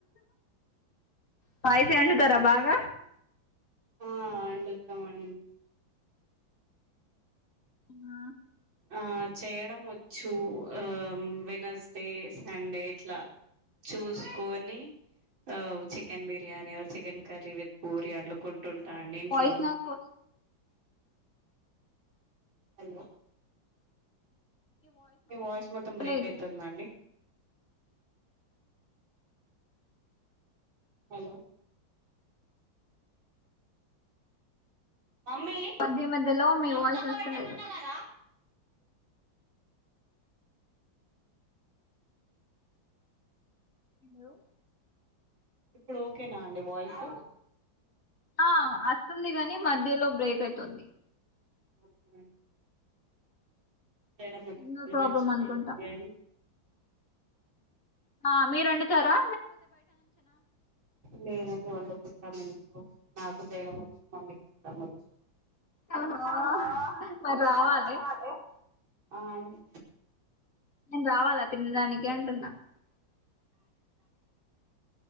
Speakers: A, on the left; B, on the right.
A: స్పైసి వండుతరా బాగా
B: ఆ వండుతమండి
A: ఆ
B: ఆ చేయడం వచ్చు ఆ వెనస్డే సండే ఇట్లా చూసుకొని ఓ chicken biryani chicken curry with puri అండుకు టుంటా అండి ఇంట్లో
A: వాయిస్
B: ఉండి
A: నాకు
B: హలో మీ వాయిస్ మొత్తం
A: నచ్చలేదు
B: బ్రేక్ అయితుందండి హలో మమ్మీ
A: మధ్య మధ్యలో మీ
B: సౌండ్
A: వాయిస్
B: తక్కువ
A: వస్తలేదు
B: పెట్టమన్న కదా
A: హలో
B: ఇప్పుడు ఓకేనా అండి వాయిస్
A: ఆ అస్తుంది గని మధ్యలో బ్రేక్ అయితుంది
B: ఓకే ఎడమ్మో
A: సిగ్నల్
B: డిన్నర్
A: ప్రాబ్లమ్
B: చికెన్
A: అనుకుంటా
B: బిర్యానీ
A: ఆ మీరు వండుతరా
B: లేదండి వండుకొం అంట్లో నాకు చేయడం వచ్చు మమ్మీకి వండడం వచ్చు
A: ఓహో
B: అహ
A: మరి రావాలి
B: కావాలె ఆ అండి
A: నేను రావాలా తినడానికి అంటున్నా బ్లాంక్